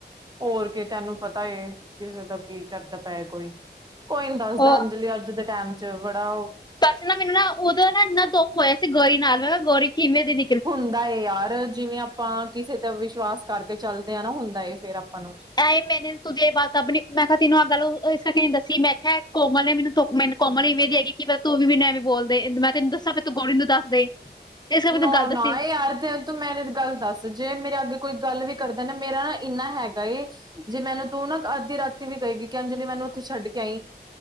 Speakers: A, on the right; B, on the left.
A: ਹੋਰ ਕੀ ਤੈਨੂੰ ਪਤਾ ਕਿਸੇ ਦਾ ਕੀ ਕਰਦਾ ਪਿਆ ਕੋਈ। ਕੋਈ ਨੀ ਦੱਸਦਾ
B: ਉਹ
A: ਅੰਜਲੀ ਅੱਜ ਦੇ ਟਾਈਮ ਚ ਬੜਾ ਉਹ
B: ਬੈਸੇ ਨਾ ਮੈਨੂੰ ਨਾ ਉਹਦੋ ਨਾ ਇੰਨਾ ਦੁੱਖ ਹੋਇਆ ਸੀ ਗੋਰੀ ਨਾਲ ਮੈਂ ਗੋਰੀ ਕਿਵੇਂ ਦੀ ਨ
A: ਹੁੰਦਾ ਏ ਯਾਰ ਜਿਵੇਂ ਆਪਾਂ ਕਿਸੇ ਤੇ ਵਿਸ਼ਵਾਸ ਕਰਕੇ ਚੱਲਦੇ ਹਾਂ ਨਾ ਹੁੰਦਾ ਫੇਰ ਆਪਾਂ ਨੂੰ।
B: ਐ ਮੈਨੂੰ ਤੁੂੰ ਇਹ ਬਾਤ ਨੀ ਮੈਂ ਕਿਹਾ ਤੈਨੂੰ ਅੱਗੱਲ ਇਸ ਕਰਕੇੀ ਦੱਸੀ ਮੈਂ ਕਿਹਾ ਕੋਮਲ ਨੇ ਮੈਨੂੰ ਤ ਮੈਨੂੰ ਕੋਮਨ ਇਵੇਂ ਜ ਹੈਗੀ ਕਿ ਤੂੰ ਵੀ ਨਵੇਂ ਬੋਲਦੇ ਮੈਂ ਤੈਨੂੰ ਦੱਸਾਂ ਫੇਰ ਤੂੰ ਗੋਰੀ ਨੂੰ ਦੱਸ ਦੇ। ਇਸ ਕਰਕੇ ਤੈਨੂੰ
A: ਨਾ
B: ਗੱਲ
A: ਨਾ
B: ਦੱਸੀ
A: ਇਹ ਆਰ ਤੇ ਤ ਮੈਨ ਗੱਲ ਦੱਸ ਜੇ ਮੇਰੇ ਅੱਗੇ ਕੋਈ ਗੱਲ ਵੀ ਕਰਦਾ ਨਾ ਮੇਰਾ ਨਾ ਇੰਨਾ ਹੈਗਾ ਏ ਜੇ ਮੈਨੂੰ ਤੂੰ ਨਾ ਅੱਧੀ ਰਾਤੀ ਵੀ ਕਹੇਗੀਈ ਕਿ ਅੰਜਲੀ ਮੈਨੂੰ ਉੱਥੇ ਛੱਡ ਕੇ ਆਈ